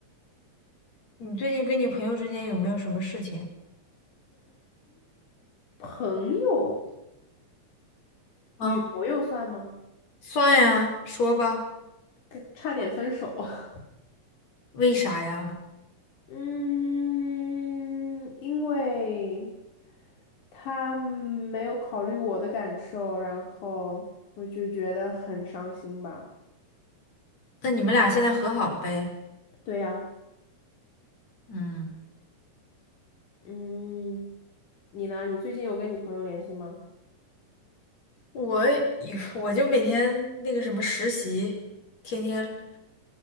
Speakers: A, on the left; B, on the left.
A: 你最近跟你朋友之间有没有什么事情？
B: 朋友，
A: 啊，
B: 女朋友算吗？
A: 算呀，说吧。
B: 跟差点分手。<laughs>
A: 为啥呀？
B: 嗯，因为他没有考虑我的感受，然后我就觉得很伤心吧。
A: 那你们俩现在和好了呗？
B: 对呀，
A: 嗯，
B: 嗯，你呢？你最近有跟你朋友联系吗？
A: 我也我就每天那个什么实习，天天。